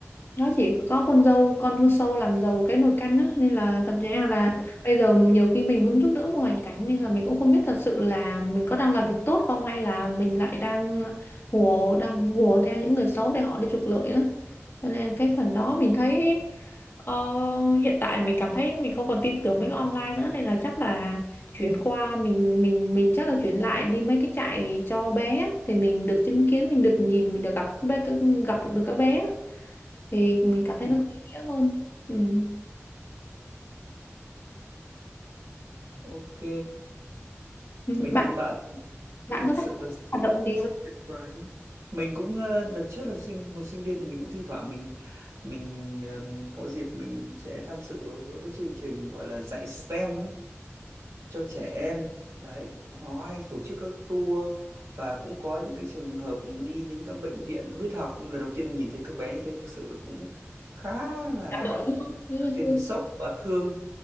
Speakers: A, on the left; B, on the right.
A: nó chỉ có con dâu con sâu làm giàu cái nồi canh á nên là thật ra là bây giờ nhiều khi mình muốn giúp đỡ một hoàn cảnh nên là mình cũng không biết thật sự là mình có đang làm việc tốt không hay là mình lại đang hùa đang hùa theo những người xấu để họ đi trục lợi nữa cho nên cái phần đó mình thấy ờ, hiện tại mình cảm thấy mình không còn tin tưởng mấy cái online nữa nên là chắc là chuyển qua mình mình mình chắc là chuyển lại đi mấy cái trại cho bé á, thì mình được chứng kiến mình được nhìn mình được gặp các bé gặp được các bé á thì mình cảm thấy
B: Ừ,
A: nó có ý nghĩa hơn ừ.
B: ok.
A: Ừ,
B: mình
A: bạn
B: thấy bạn
A: bạn
B: thực
A: có thích
B: sự là rất,
A: hoạt động gì
B: rất
A: không?
B: tuyệt vời đấy. mình cũng ờ, đợt trước là sinh hồi sinh viên thì mình cũng thi thoảng mình mình ờm, có dịp mình sẽ tham dự các cái chương trình gọi là dạy STEM ấy, cho trẻ em đấy nó, nó hay tổ chức các tour và cũng có những cái trường hợp đi đến các bệnh viện huyết học nhưng lần đầu tiên mình nhìn thấy các bé như thế thực sự là cũng khá là
A: Gặp đội luôn nếu mà
B: tiên
A: thương
B: là sốc và thương